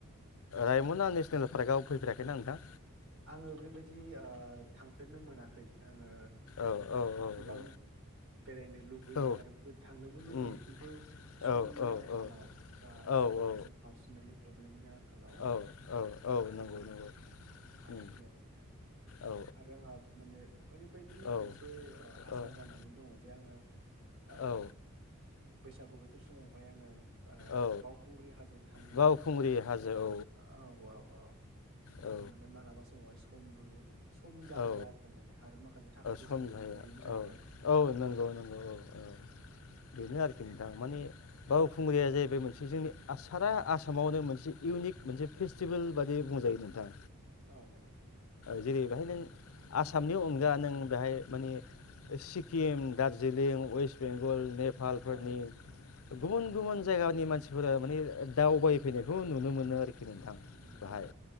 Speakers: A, on the left; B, on the right.
A: रायमना नेसनेल पार्कआव फैफेराखैना नोंथां
B: आङो बेबायदि ओ थांफेरनो मोनाखै आङो
A: औ औ औ
B: गोबां
A: औ
B: बेरायनो लुबैयो
A: औ
B: आरो थांनोबो लुबैयो
A: उम
B: खिन्थु समनि
A: औ औ
B: आंखालाव
A: औ
B: बा एसे
A: औ
B: माखासे पार्सनेलि प्रब्लेमनि आंखालाव
A: औ औ औ
B: थांनो
A: नंगौ नंगौ
B: हायाखै
A: उम
B: आरो माने
A: औ
B: आरो आंहा माने ओरैबायदि
A: औ
B: मोनसे आसा
A: औ
B: जानानै दङ जे आङो ओ
A: औ
B: बैसागु बोथोर समावहाय आङो ओ
A: औ
B: बावखुंग्रि हाजोआव थांनो
A: बावखुंग्रि
B: ओ
A: हाजो
B: माने
A: औ
B: औ औ औ
A: औ
B: दुनावनो मालाबा समावहाय खमबो सम जाहैया
A: औ
B: माने आरो माखासे थाखा फैसानिबो
A: सम जाया
B: प्रब्लेम जाहैबाय
A: औ औ नंगौ नंगौ औ औ बेनो आरोखि नोंथां माने बावखुंग्रिया जाहैबाय मोनसे जोंनि सारा आसामावनो मोनसे इउनिक मोनसे फेस्टिभेल बादि बुंजायो नोंथां
B: औ औ
A: जेरै बेहाय नों आसामनि अनगा नों बेहाय मानिे सिक्किम दार्जिलिं वेस्ट बेंगल नेप नेपालफोरनि
B: औ
A: गुबुन गुबुन जायगानि मानसिफोरा माने दावगाय फैनायखौ नुनो मोनो आरोखि नोंथां बाहाय
B: औ